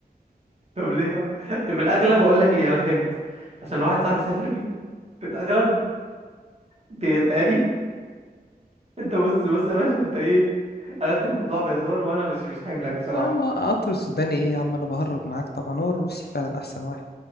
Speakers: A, on the right; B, on the left.
A: طب ليه <laughs> في الاغلب اقول لك اللي انا فهمت عشان واحد صاحبي سافر بيه في الاغلب بي- تقريبا <laughs> انت بص بص يا باشا انت ايه قلبت الموضوع بهزار وانا مش مش حاملك بصراحه
B: يا عم قطر السوداني ايه يا عم انا بهرج معاك طبعا هو الروسي فعلا احسن واحد